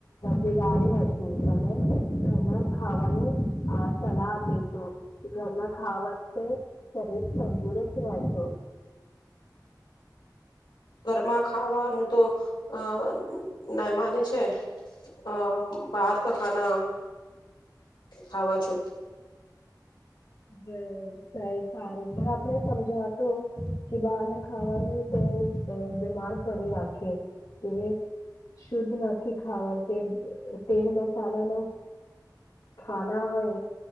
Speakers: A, on the left; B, on the left.
A: બગાડી હતું તમે ઘરના ખાવાનું અ સલાહ આપે છો ઘરના ખાવા થી શરીર તંદુરસ્ત રહેશે.
B: ઘરમાં ખાવાનું તો અ ના માને છે છે અ બહાર કા ખાના ખાવા છો.
A: બબ સારુ સારું પણ આપણે સમજાતું કે બહારને ખાવાનું તે બીમાર પડી રાખે તે શુદ્ધ નથી ખાવ તે તેલ મસાલા નો ખાના હોય